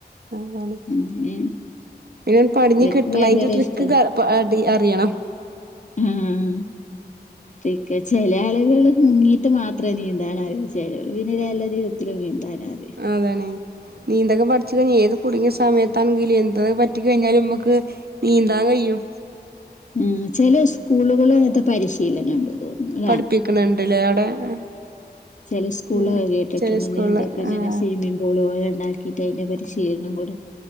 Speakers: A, on the right; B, on the left.
A: അതാണ്.
B: അങ്ങനെ
A: പിന്നൊന്ന് പടിഞ്ഞ്
B: അവർക്ക്
A: കിട്ടണൈ
B: ഭയങ്കര
A: ഐന്റെ ട്രിക്ക്
B: ഇഷ്ട
A: ക പടി അറിയണം
B: ഉം ഉം ക്ക ചില ആളുകള് മുങ്ങീട്ട് മാത്രേ നീന്താനറിയാെള്ളൂ ചിലോര് പിന്നെ ചെല രിധത്തില് നീന്താൻ അറിയാം
A: അതാണെ. നീന്തലൊക്കെ പഠിച്ചില്ലെങ്കി ഏത് കുടുങ്ങിയ സമയ ത്താണെങ്കില് എന്തത് പറ്റി കഴിഞ്ഞാലും ഇമ്മക്ക് നീന്താൻ കയ്യും.
B: ഉം ചെല സ്കൂളുകള് അതൊക്കെ പരി ശീലനം ഉണ്ട്. തോന്നണു അല്ലെ.
A: പഠിപ്പിക്കണണ്ട്ല്ലേ അവിടെ
B: ചില സ്കൂള്
A: ഉം
B: കേട്ടിട്ടുണ്ട്
A: ചെല സ്കൂളില്
B: നീന്തലൊക്കെ ഇങ്ങനെ
A: ആഹ്
B: സ്വിമ്മിംഗ് പൂൾ പോലെ ഉണ്ടാക്കിയിട്ട് അതിന്റെ പരി പിന്നങ്ങോട്ട്